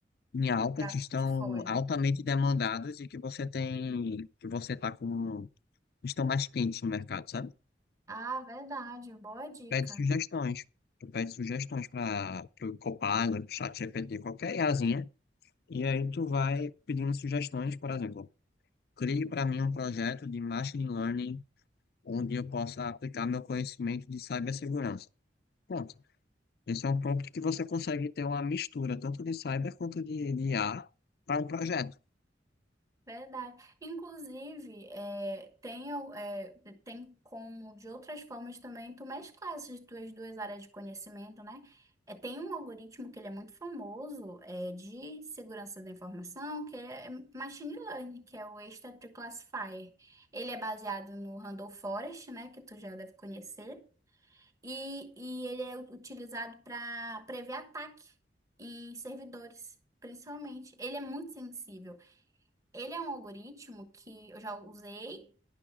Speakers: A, on the left; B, on the right.
A: em alta,
B: Para
A: que estão
B: portfólio.
A: altamente demandados e que você tem, que você tá com, estão mais quentes no mercado, sabe?
B: Ah, verdade. Boa dica.
A: Pede sugestões. Tu pede sugestões para o Copilot, ChatGPT, qualquer IAzinha. E aí tu vai pedindo sugestões, por exemplo, crie para mim um projeto de machine learning onde eu possa aplicar meu conhecimento de cibersegurança. Pronto. Esse é um prompt que você consegue ter uma mistura tanto de cyber quanto de, de IA para um projeto.
B: Verdade. Inclusive, é, tem, al- é, tem como de outras formas também tu mesclar essas tuas duas áreas de conhecimento, né? É, tem um algoritmo que ele é muito famoso, é, de segurança da informação, que é Machine Learning, que é o Extra-Tree Classifier. Ele é baseado no Randall Forest, né, que tu já deve conhecer, e, e ele é utilizado para prever ataque em servidores, principalmente. Ele é muito sensível. Ele é um algoritmo que eu já usei